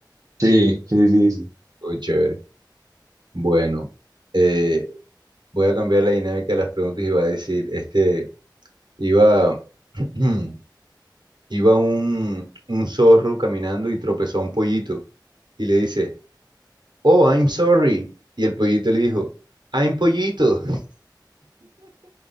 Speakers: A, on the right (about 45°); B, on the right (about 70°).
A: Sí, sí, sí, sí.
B: Estuvo chévere. Bueno, eh, voy a cambiar la dinámica de las preguntas y va a decir, este, iba, <clears throat> iba un, un zorro caminando y tropezó a un pollito y le dice, oh, I'm sorry. Y el pollito le dijo, I'm pollito. <laughs>